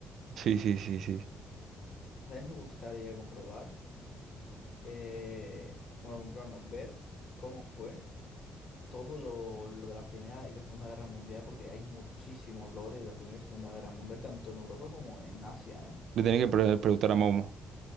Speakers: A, on the right; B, on the left.
A: Sí, sí, sí, sí.
B: También me gustaría comprobar. eh, bueno, comprarnos, ver cómo fue todo lo, lo de la Primera y la Segunda Guerra Mundial, porque hay muchísimos lores de la Primera y Segunda Guerra Mundial, tanto en Europa como en Asia,
A: Le tenés que pre- preguntar a Momo.